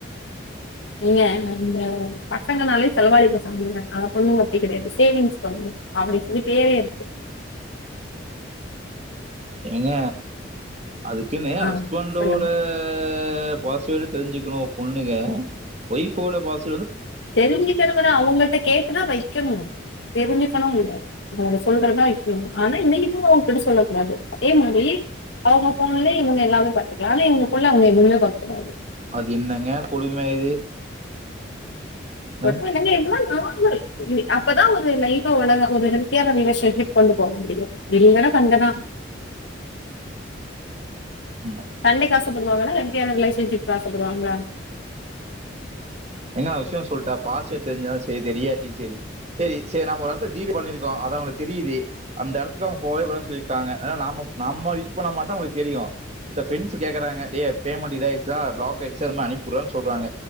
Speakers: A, on the left; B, on the right.
A: ஏங்க இந்த பசங்கனாலே செலவாயிருது <unintelligible> ஆனா பொண்ணுங்க அப்டி கெடையாது சேவிங்ஸ் பண்ணுவாங்க அப்டின் சொல்லி பேரே இருக்கு
B: ஏங்க அதுக்குன்னு
A: ஆ
B: ஹஸ்பண்டோட
A: சொல்லுங்க.
B: ட பாஸ்வேடு தெருஞ்சுக்கணு பொண்ணுங்க ஒய்ஃப்போட பாஸ்
A: தெரிஞ்சுக்கறதவிட அவங்கள்ட்ட கேட்டுதான் வைக்கணும் தெரிஞ்சுக்கணும் இல்ல அவங்க சொல்றதான் இருக்கு ஆனா இன்ன இதுன்னவும் அவங்ககிட்ட சொல்லக்க கூடாது அதே மாரி அவங்க போன்ல இவங்க எல்லாமே பாத்துக்கலாம் இல்ல இவங்க போன்ல அவங்க எதுவுமே பாக்க கூடாது
B: அது என்னங்க கொடுமை இது ஆ
A: அப்றம் வந்து என்ன ஆச்சுன்னா அப்பதான் ஒரு லைவ் உலக ஒரு ஹெல்த கேர் ரிலேஷன்ஷிப் கொண்டு போக முடியும் இல்லனா சண்டைதான்
B: ம்
A: சண்டைக்கு ஆஷ் படுவாங்களா ஹெல்த்தியான ரிலேஷன்ஷிப்க்கு ஆசைப்படுவாங்களா
B: என்னா விஷயம் சொல்லட்டான் பாஸ்வேர்ட் தெரிஞ்சாலும் சேரி தெரியாட்டியும் சேரி சேரி சேரி நாம ஒரு எடத்துல ஜிபே பண்ணிருக்கோம் அது உனக்கு தெரியுது அந்த எடத்துல போவே கூடாதுன்னு சொல்லிருக்காங்க ஆனா நாம நம்ம யூஸ்பண்ணா மட்டும் தெரியும் ஜென்சு கேக்குறாங்க அடேய் பேமெண்ட் இதையிருச்சா எக்ச்ட்ரா இருந்தா அனுப்பி விடுன்னு சொல்றாங்க